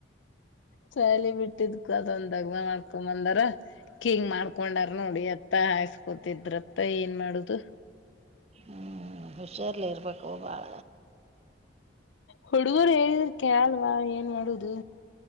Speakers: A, on the left (about 75°); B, on the right (about 35°).
A: ಚಳಿ ಬಿಟ್ಟಿದ್ಕ ಅದೊಂದ್ ದಗ್್ಮ ಮಾಡ್ಕೊಂಬಂದಾರ ಹಿಂಗ್ ಮಾಡ್ಕೊಂಡಾರ್ ನೋಡಿ ಅತ್ತ ಹಯಸ್ಕೊತಿದ್ರತ್ತ ಏನ್ ಮಾಡುದು
B: ಹ್ಮ್ ಹುಷಾರ್ಲಿ ಇರ್ಬೇಕು ಬಾಳ
A: ಹುಡುಗರು ಹೇಳಿದ್ರಕ್ಕೆ ಅಲ್ವಾ ಏನ್ ಮಾಡುದು